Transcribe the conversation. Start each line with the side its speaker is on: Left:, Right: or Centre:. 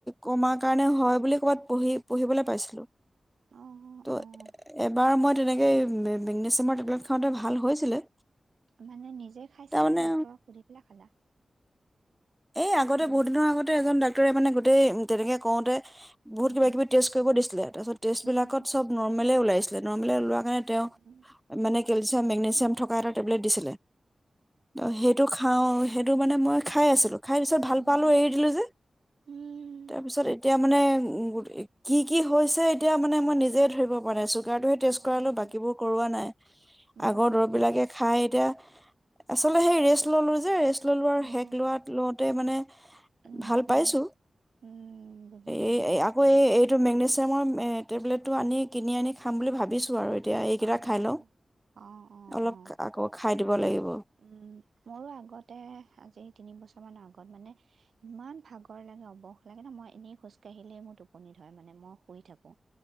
Centre: কমাৰ কাৰণে হয় বুলি ক'বাত পঢ়ি পঢ়িবলৈ পাইছিলো।
Right: অ',
Centre: ত'
Right: অ'।
Centre: এবাৰ মই তেনেকে <unintelligible> মাৰ টেবলেট খাওঁতে ভাল হৈছিলে।
Right: মানে নিজে খাইছা
Centre: তাৰমানে
Right: নে দক্তৰক সুধি পেলাই খালা?
Centre: এই আগতে
Right: দৰৱ?
Centre: বহুত দিনৰ আগতে এজন ডা <unintelligible> মানে গোটেই তেনেকে কওঁতে বহুত
Right: উম,
Centre: কিবা
Right: উম,
Centre: কিবি টেষ্ট কৰিব দিছিলে তাৰপিছত টেষ্ট
Right: উম,
Centre: বিলাকত চব নৰ্মেলে ওলাইছ <unintelligible> ওলোৱা কাৰণে তেওঁ
Right: উম,
Centre: মানে পিছে মেগনেছিয়াম থকা এটা টেবলেট দিছিলে। অ সেইটো খাও সেইটো মানে মই খাই আছিলো। ি ভাল
Right: উম,
Centre: পাল এ দিলো যেতি
Right: উম।
Centre: এতিয়া মানে উ কি কি হৈছে এতিয়া মানে মই নিজে ধৰিব পৰা নাই। গা টো হে টেষ্ট
Right: অ',
Centre: কৰালো বাকীবোৰ কৰোৱা নাই
Right: উম,
Centre: আগৰ দৰৱ বিলাকে খাই এতিয়া আচলতে সেই
Right: তাকেহে
Centre: ৰেষ্ট ললো যে ৰেষ্ট ললো আৰু
Right: অ',
Centre: শেষ লোৱ লওঁতে মানে
Right: উম,
Centre: ভাল পাইছো।
Right: উম। উম, বুজিছোঁ
Centre: এ
Right: বুজিছোঁ
Centre: এই আকৌ এই এইটো মেগনেছিয়ামৰ এ টেবলেটটো আনি কিনি আনি খাম বুলি ভাবিছোঁ আৰু এতিয়া এইকেইটা
Right: অ', অ',
Centre: খাই লওঁ।
Right: অ', অ',
Centre: অলপ
Right: অ'।
Centre: আকৌ টে খাই দিব লাগিব।
Right: উম, মোৰো আগতে আজি তিনিবছৰমানৰ আগত মানে ইমান ভাগৰ লাগে অৱস লাগে ন মই এনেই খোজকাঢ়িলেই মোৰ টোপনি ধৰে মানে মই শুই থাকোঁ।